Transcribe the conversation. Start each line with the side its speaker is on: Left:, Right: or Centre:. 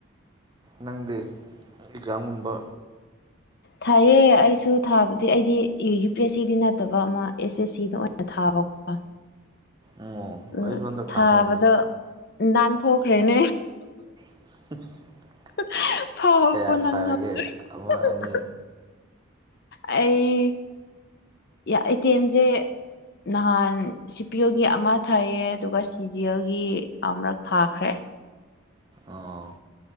Right: ꯅꯪꯗꯤ ꯑꯦꯛꯖꯥꯝꯒꯨꯝꯕ
Left: ꯊꯥꯏꯌꯦ ꯑꯩꯁꯨ ꯊꯥꯕꯗꯤ ꯑꯩꯗꯤ ꯌꯨ ꯄꯤ ꯑꯦꯁ ꯁꯤꯗꯤ ꯅꯠꯇꯕ ꯑꯃ ꯑꯦꯁ ꯑꯦꯁ ꯁꯤꯗ ꯑꯣꯏꯅ ꯊꯥꯕꯀꯣ
Right: ꯑꯣ
Left: ꯎꯝ
Right: ꯑꯩꯁꯨ ꯍꯟꯗꯛ
Left: ꯊꯥꯕꯗꯣ
Right: ꯊꯥꯅꯤ ꯑꯗꯨꯁꯨ
Left: ꯅꯥꯟꯊꯣꯛꯈ꯭ꯔꯦꯅꯦ
Right: <unintelligible>
Left: <unintelligible> ꯐꯥꯎꯕ
Right: ꯀꯌꯥ
Left: ꯅꯪ
Right: ꯊꯥꯔꯒꯦ
Left: <unintelligible>
Right: ꯑꯃ ꯑꯅꯤ
Left: ꯑꯩ ꯌꯥ ꯑꯦꯇꯦꯝꯖꯦ ꯅꯍꯥꯟ ꯁꯤ ꯄꯤꯌ‌ꯣꯒꯤ ꯑꯃ ꯊꯥꯏꯌꯦ ꯑꯗꯨꯒ ꯁꯤ ꯖꯤ ꯑꯦꯜꯒꯤ ꯑꯃꯔꯛ ꯊꯥꯈ꯭ꯔꯦ
Right: ꯑꯣ